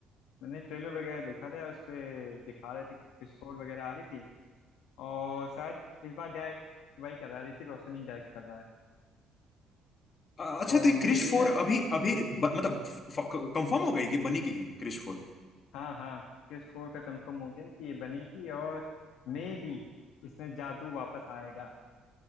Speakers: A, on the left; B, on the left.
A: मैंने ट्रेलर वगैरह देखा था यार उस पे दिखा रहे थे कि क्रिस फोर वगैरह आ रही थी और शायद इस बार डायरेक्ट वही कर रहा है ऋतिक रोशन ही डायरेक्ट कर रहा है
B: अ- अच्छा
A: और
B: तो ये
A: मे
B: क्रिश
A: भी
B: फोर अभी अभी ब, मतलब कंफर्म हो गई कि बनेगी ही क्रिश फोर
A: हाँ हाँ क्रिस फोर का कंफर्म हो गया कि ये बनेगी और मे बी इसमें जादू वापस आएगा